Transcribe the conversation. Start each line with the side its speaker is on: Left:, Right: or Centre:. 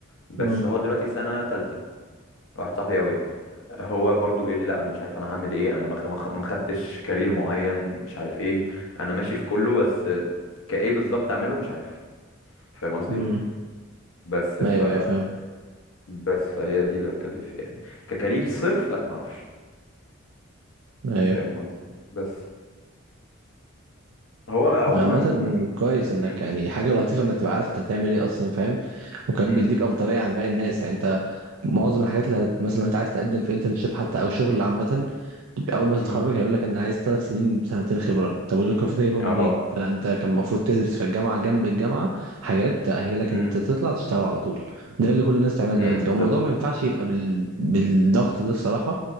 Left: بس
Right: امم
Left: هو دلوقتي سنة تالتة واحد صاحبي قوي يعني هو برضو بيقول لي لا انا مش عارف انا هعمل ايه انا ما خ- ما خ- ما خدتش كارير معين مش عارف ايه انا ماشي في كله بس كايه بالظبط اعمله مش عارف فاهم قصدي
Right: امم
Left: بس ف
Right: ايوه ايوه فاهم
Left: بس فهي دي اللي بتكلم فيها يعني ككارير صرف لا ما اعرفش
Right: ايوه
Left: فاهم قصدي بس هو عموما
Right: عامة كويس انك
Left: امم
Right: يعني حاجة لطيفة انك تبقى عارف انت هتعمل ايه اصلا فاهم وكمان
Left: امم
Right: بيديك افضلية عن باقي الناس يعني انت معظم الحاجات اللي هت- مثلا لو انت عايز تقدم في انترنشيب حتى او شغل عامة اول ما تتخرج
Left: امم
Right: هيقول لك انا عايز ثلاث سنين سنتين خبره طب ودول كان المفروض جايبهم
Left: اه
Right: منين فلا انت كان المفروض تدرس في الجامعه جنب الجامعه حاجات تاهلك
Left: امم
Right: ان انت تطلع تشتغل على طول ده اللي كل الناس بتعمله دلوقتي
Left: امم بالظبط
Right: هو الموضوع ما ينفعش يبقى بال... بالضغط ده الصراحه